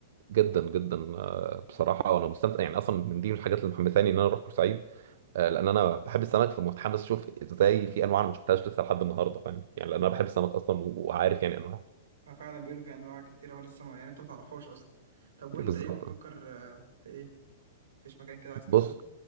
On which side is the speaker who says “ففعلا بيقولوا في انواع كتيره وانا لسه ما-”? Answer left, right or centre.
Right